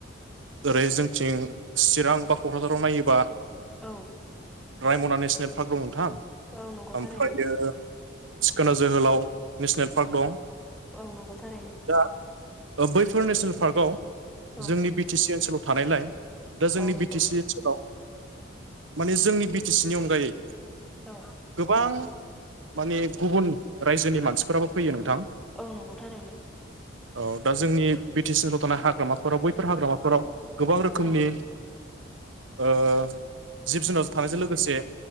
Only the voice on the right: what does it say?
ओरै जोंथिं चिरां बा क'क्राझाराव नायोबा
रायमना नेसनेल पार्क दं नोंथां
ओमफ्रायो
सिखोना जोहोलाव नेसनेल पार्क दं।
दा बैफोर नेसनेल पार्कआव
जोंनि बि टि सि ओनसोलाव थानायलाय दा जोंनि
बि टि सि ओनसोलाव माने जोंनि बि टि सि नि अनगायै
गोबां माने गुबुन रायजोनि मानसिफोराबो फैयो नोंथां।
औ दा जोंनि बि टि सि ओनसोलाव थानाय हाग्रामाफोराव बैफोर हाग्रामाफोराव गोबां रोखोमनि
ओ जिब-जुनार थानायजों लोगोसे